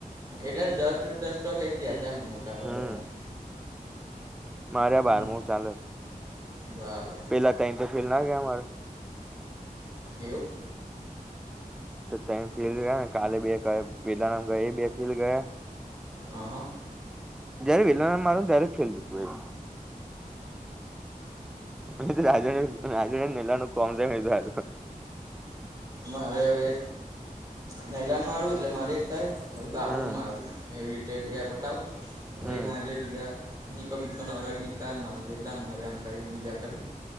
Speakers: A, on the right; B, in the centre.
A: એટલે દસ દસ તો થઈ ગયા છે એમ મોટા ભાગે
B: હમ
A: બધાને
B: મારે
A: હમ
B: બારમો ચાલે
A: બરાબર
B: પેલા તઈન તો ફેલ ના ગયા માર
A: એવું
B: તો તઈન ફેલ ગયા ને કાલે બે કરયા પેલા ન ગયા એ બે ફેલ ગયા
A: અ હ
B: જયારે પેલાનામા મારુ ત્યારે જ ફેલ જતુ હોય અ તો રાજા <unintelligible> <unintelligible> જ નીલાનું કોમધું હતું
A: મારે હવે નૈલાન મારવું એટલે મારે એક થાય બાબુન
B: હમ
A: મારું એવી રીતે બે ફટાવું ભાઈ
B: હમ
A: હું આજે બી <unintelligible> જાીરત ની ક માર એટલા માર આમ કરીને બીજાર <unintelligible>